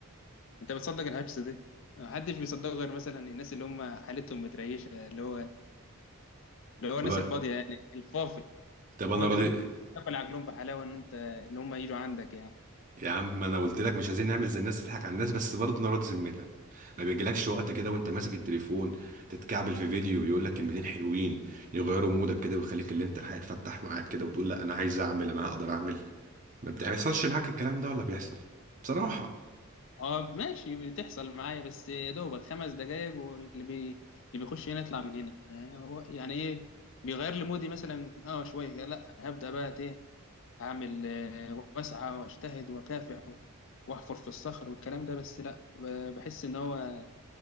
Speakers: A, on the left; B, on the right.
A: انت بتصدق الحجز ده محدش بيصدقه غير مثلا الناس اللي هم حالتهم متريشه اللي هو اللي هو الناس
B: طب
A: الفاضيه يعني الفافي
B: طب
A: هو
B: انا
A: ده
B: راضي
A: اللي ممكن تاكل عجلهم بحلاوه ان انت ان هم يجوا عندك
B: يا عم ما انا قلت لك مش عايزين نعمل زي الناس تضحك على الناس بس برضه نراضي ذمتك ما بيجيلكش
A: يعني
B: وقت كده وانت ماسك التليفون تتكعبل في فيديو يقول لك كلمتين حلوين يغيروا مودك كده ويخليك اللي انت الحياة تفتح معاك كده وتقول لا انا عايز اعمل انا هقدر اعمل ما بتحصلش معاك الكلام ده ولا بيحصل بصراحة
A: اه ماشي بتحصل معايا بس يا دوبك خمس دقايق واللي بي... اللي بيخش هنا يطلع من هنا آه، هو- يعني ايه بيغير لي مودي مثلا اه شويه لا انا هبدا بقى ايه اعمل آه، واسعى واجتهد واكافح و- واحفر في الصخر والكلام ده بس لا ب- بحس ان هو